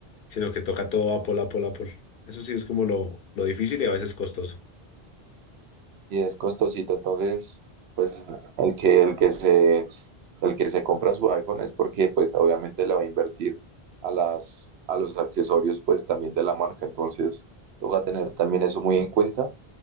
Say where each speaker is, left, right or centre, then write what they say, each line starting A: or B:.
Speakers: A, on the left; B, on the right.
A: sino que toca todo Apple, Apple, Apple. Eso sí es como lo, lo difícil y a veces costoso.
B: y es costosito, entonces, pues el que, el que se, el que se compra su iPhone es porque, pues, obviamente le va a invertir a las, a los accesorios, pues, también de la marca, entonces, toca tener también eso muy en cuenta,